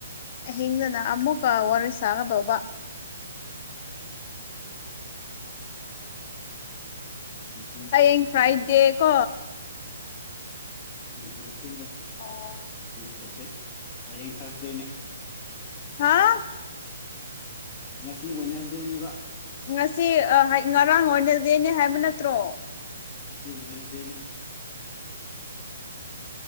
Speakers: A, on the left (about 40°); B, on the left (about 20°).
A: ꯑꯍꯤꯡꯗꯅ ꯑꯃꯨꯛꯀ ꯋꯥꯔꯤ ꯁꯥꯒꯗꯧꯕ
B: <unintelligible> ꯎꯝ
A: ꯍꯌꯦꯡ ꯐ꯭ꯔꯥꯏꯗꯦ ꯀꯣ
B: ꯎꯝ ꯎꯝꯕ
A: ꯑꯣ
B: ꯐꯠꯇꯦ ꯍꯌꯦꯡ ꯊꯥꯔꯁꯗꯦꯅꯦ
A: ꯍꯥꯥ
B: ꯉꯁꯤ ꯋꯦꯅꯦꯁꯗꯦꯅꯦꯕ
A: ꯉꯁꯤ ꯑꯥ ꯉꯔꯥꯡ ꯋꯦꯅꯥꯁꯗꯦꯅꯦ ꯍꯥꯏꯕ ꯅꯠꯇ꯭ꯔꯣ
B: ꯉꯁꯤ ꯋꯦꯅꯁꯗꯦꯅꯤ